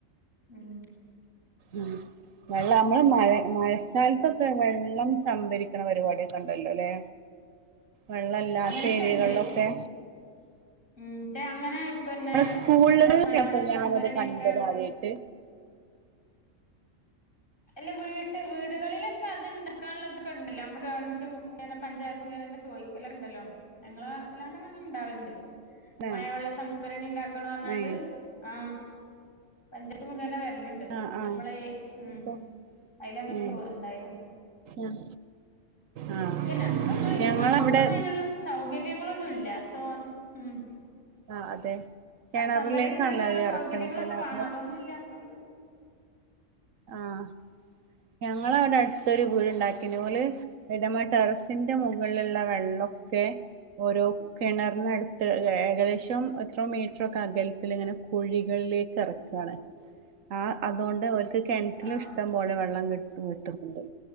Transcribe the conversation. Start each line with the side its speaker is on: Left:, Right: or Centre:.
Left: ഉം
Right: ഉം വെള്ളം നമ്മള് മഴ മഴക്കാലത്തൊക്കെ വെള്ളം സംഭരി ക്കണ പരിപാടൊക്കെ ഇണ്ടല്ലോ അല്ലെ വെള്ളം ഇല്ലാത്ത
Left: അങ്ങനെയൊക്കെ
Right: ഏര്യകളിലൊക്കെ.
Left: ഉണ്ട് ഉം പക്ഷെ അങ്ങനെ പിന്നെ
Right: സ്കൂളുകളിലൊക്കെ
Left: മഴവെള്ള
Right: അപ്പൊ ഞാനത്
Left: സംഭരണിയൊക്കെ
Right: കണ്ടത് ആദ്യായിട്ട്
Left: അല്ല വീട്ട് വീടുകളിലൊക്കെ അത്ണ്ടാക്കാനുള്ളതൊക്കെ ഉണ്ടല്ലൊ നമ്മള് ഗവൺമെന്റും ഇങ്ങനെ പഞ്ചായത്തും ഇങ്ങനൊക്കെ ചോദിക്കലുണ്ടല്ലോ ഞങ്ങള് അതിലാണ്ടങ്ങ നെ ഇണ്ടാവലുണ്ട്
Right: ഏ
Left: മഴവെള്ള സംഭരണി ഇണ്ടാക്കണം പറഞ്ഞാണ്ട്
Right: ഏ
Left: ആഹ് പഞ്ചാത്ത് മുഖേന വേ ല്ലണ്ട്
Right: ആ ആ
Left: നമ്മളെ ഇ ഉം
Right: അപ്പൊ
Left: അതില്ങ്ങനെ
Right: ഏ
Left: ചോയ് ണ്ടായിൻ
Right: ആ ആഹ്
Left: ക്ഷെ ഞങ്ങള്ളോന്ന്
Right: ഞങ്ങളവിടെ
Left: നമ്മക്കൊന്നും അതിനുള്ള സൗക ര്യങ്ങളൊന്നു ഇല്ല. തോൻ ഉം
Right: ആഹ് അതെ കിണറിലേക്കാണല്ലോ
Left: അത് സംഭരണി ഇണ്ടാക്കാനുള്ള
Right: അത് ഇറക്കണ
Left: സൗകര്യങ്ങളൊക്കെ
Right: കിണറിന്റെ
Left: വേണം അതൊന്നും ഇല്ലാത്തൊണ്ട്
Right: ആഹ് ഞങ്ങളവിടെ അടുത്തൊരു വീട്ണ്ടാക്കി നോള് വീട്മ്മേടെറസ് ത്തിന്റെ മുകളിലുള്ള വെള്ളൊക്കെ ഒരോ കെണറിനടുത്ത് ഏകദേശം എത്രോ മീറ്ററൊക്കെ അകലത്തിലിങ്ങനെ കുഴികളിലേക്ക് എറക്കുകാണ് ആ അതുകൊണ്ട് ഒ ക്ക് കെണറ്റിലും
Left: ആഹ്
Right: ഇഷ്ടം പോലെ വെള്ളം കി വെട്ടുന്നുണ്ട്